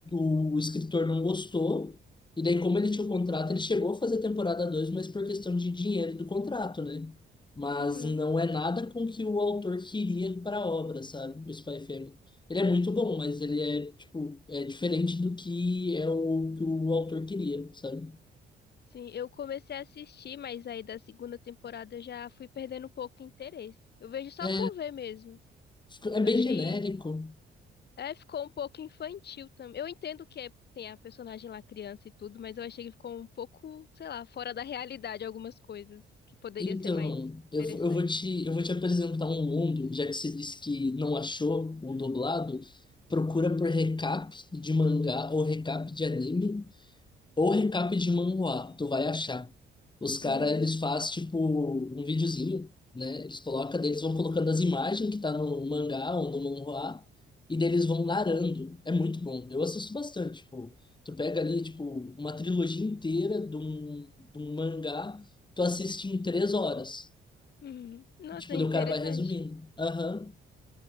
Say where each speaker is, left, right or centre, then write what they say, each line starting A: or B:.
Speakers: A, on the left (about 25°); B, on the left (about 55°).
A: o escritor não gostou. E daí, como ele tinha o contrato, ele chegou a fazer temporada dois mas por questão de dinheiro do contrato, né? Mas
B: uhum.
A: não é nada com que o autor queria para a obra, sabe? O Spy Family. Ele é muito bom, mas ele é, tipo, é diferente do que é o que o autor queria, sabe?
B: Sim, eu comecei a assistir, mas aí da segunda temporada eu já fui perdendo um pouco o interesse. Eu vejo só
A: É,
B: por ver mesmo.
A: tipo, é bem
B: Eu achei
A: genérico.
B: É, ficou um pouco infantil também. Eu entendo que é- tem a personagem lá criança e tudo, mas eu achei que ficou um pouco, sei lá, fora da realidade algumas coisas que poderia
A: Então,
B: ser mais
A: eu,
B: interessante.
A: eu vou te, eu vou te apresentar um mundo, já que você disse que não achou o dublado, procura por recap de mangá ou recap de anime Ou recap de manhwa, tu vai achar. Os caras,
B: Uhum.
A: eles fazem, tipo, um videozinho, né? Eles colocam, daí eles vão colocando as imagens que tá no mangá ou no manhwa, e daí eles vão narrando. É muito bom. Eu assisto bastante, tipo, tu pega ali, tipo, uma trilogia inteira de um, de um mangá, tu assiste em três horas.
B: Uhum. Nossa,
A: Tipo, daí
B: interessante.
A: o cara vai resumindo. Aham,